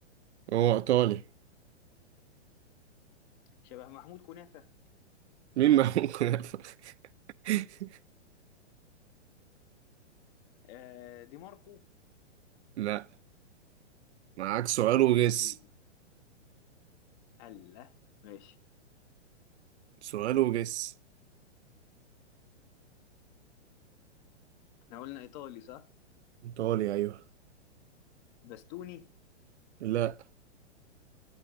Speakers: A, on the right (about 65°); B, on the left (about 40°).
A: هو ايطالي
B: شبه محمود كنافه
A: مين ما ممكن يفهم؟ <laughs>
B: آه دي ماركو
A: لا معاك سؤال وجس
B: أيوة. الله ماشي
A: سؤال وجس
B: احنا قلنا ايطالي صح
A: إيطالي أيوه
B: بستوني
A: لا